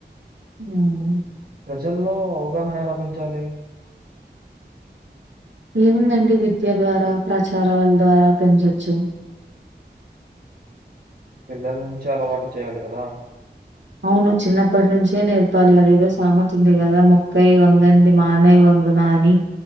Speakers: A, on the right; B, on the right.
A: మ్
B: ప్రజల్లో అవగాహన ఎలా పెంచాలి
A: ఏముందండి విద్య ద్వారా ప్రచారాల ద్వారా పెంచోచ్చు
B: పిల్లల నుంచి అలవాటు చేయాలి కదా
A: అవును చిన్నప్పటి నుంచే నేర్పాలి అదేదో సామేతి ఉంది కదా మొక్కయ్ వంగనిది మానై వన్ నాని